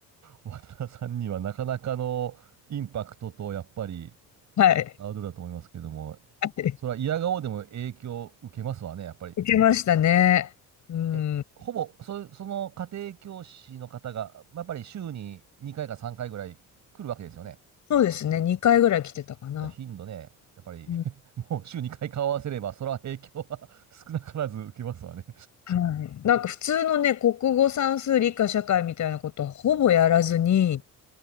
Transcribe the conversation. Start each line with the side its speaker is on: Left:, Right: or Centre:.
Right: 渡田さんにはなかなかのインパクトと、やっぱり、
Left: はい。は
Right: ハードルだと思いますけども、
Left: い
Right: それは嫌顔でも影響を受けますわね、やっぱり。
Left: 受けましたね。うん。
Right: え、
Left: うん
Right: ほぼ、そ、その家庭教師の方が、やっぱり週に2回か3回ぐらい来るわけですよね。
Left: そうですね。2回ぐらい来てたかな。
Right: じゃあ頻度ね、やっぱり
Left: うん
Right: <laughs> もう週2回顔合わせれば、それは影響は <laughs> 少なからず受けますわね。
Left: はい。なんか普通のね、国語算数理科社会みたいなことはほぼやらずに、